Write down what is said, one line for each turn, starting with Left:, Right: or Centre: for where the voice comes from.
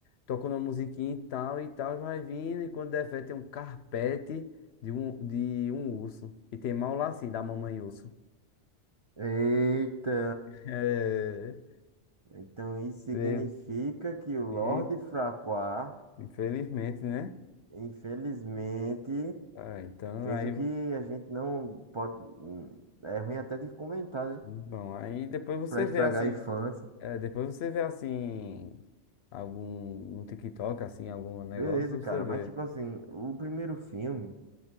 Left: tocando uma musiquinha e tal e tal, e vai vindo, e quando der fé tem um carpete de um, de um urso. E tem mal lá assim da mamãe urso.
Right: Eita.
Left: <laughs> É,
Right: Então isso significa
Left: é,
Right: que o Lorde
Left: e,
Right: Fraqua
Left: infelizmente, né?
Right: Infelizmente,
Left: Ah, então
Right: fez
Left: aí.
Right: o que a gente não pode. hum, É ruim até de comentar, né?
Left: Bom, aí depois você
Right: Pra estragar
Left: vê assim.
Right: a infância.
Left: é, depois você vê assim. Algum no TikTok, assim, algum negócio,
Right: Beleza, cara.
Left: você vê.
Right: Mas, tipo assim, o primeiro filme,